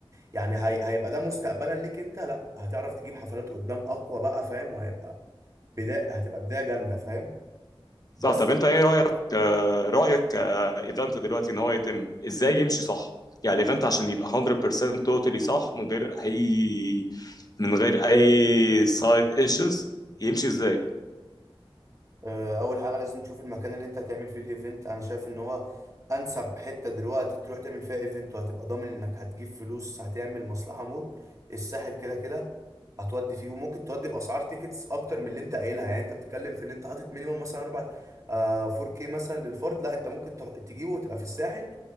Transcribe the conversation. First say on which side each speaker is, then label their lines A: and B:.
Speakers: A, on the right (about 35°); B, on the left (about 40°).
A: يعني هي... هيبقى ده مستقبلا ليك انت لا هتعرف تجيب حفلات قدام اقوى بقى فاهم وهيبقى بداية هتبقى بداية جامدة فاهم
B: صح
A: بس
B: طب انت ايه رايك آه، رايك ايفنت دلوقتي ان هو يتم ازاي يمشي صح يعني الايفنت عشان يبقى 100% توتالي صح من غير اي من غير اي سايد ايشوز يمشي ازاي
A: آه، اول حاجه لازم تشوف المكان اللي انت هتعمل فيه الايفنت انا شايف ان هو انسب حته دلوقتي تروح تعمل فيها ايفنت وهتبقى ضامن انك هتجيب فلوس هتعمل مصلحه موت الساحل كده كده هتودي فيه وممكن تودي باسعار تيكتس اكتر من اللي انت قايلها يعني انت بتتكلم في ان انت حاطط مينيمم مثلا 4 آه 4K مثلا للفرد لا انت ممكن تح- تجيبه وتبقى في الساحل